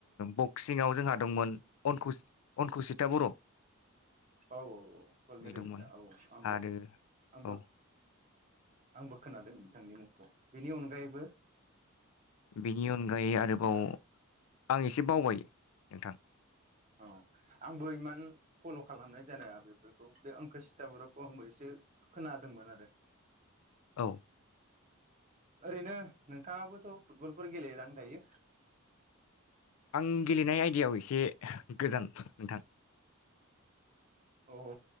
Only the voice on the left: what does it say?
बक्सिंआव जोंहा दंमोन अनकु अनकुसिता बर'
बे
दंमोन
आरो
औ
बिनि अनगायै आरोबाव आं एसे बावबाय नोंथां
औ
आं गेलेनाय आयदायाव एसे गोजान नोंथां